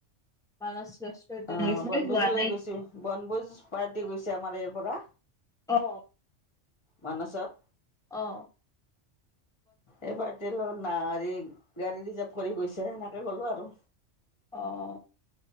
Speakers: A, in the centre; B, on the left.
A: মানস ৰাষ্ট্ৰীয় উদ্যান
B: অ
A: গৈছেনে
B: বনভোজলৈ
A: যোৱা নাই?
B: গৈছো বনভোজ পাৰ্টি গৈছো। <unintelligible> ইয়াৰ পৰা
A: অ
B: মানসত।
A: আহঁ।
B: এই পাৰ্টি লগত নাৰিম । বিৰানী যাম । কৰি গৈছে হেনেকে গলোঁ আৰু,
A: অ',